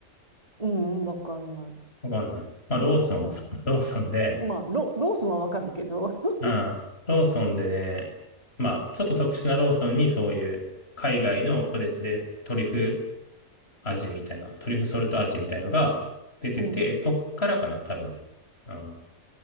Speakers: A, on the right; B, on the left.
A: うん、うんわかんない。
B: わかんない。まあ、ローソン、
A: うん。
B: <laughs> そうローソンで、
A: まあ、ロ、ロースはわかるけど。<laughs>
B: うん、ローソンでね、まあ、ちょっと特殊なローソンにそういう海外のポテチでトリュフ味みたいな、トリュフソルト味みたいのが出てて、
A: うん。
B: そっからかな、多分。うん。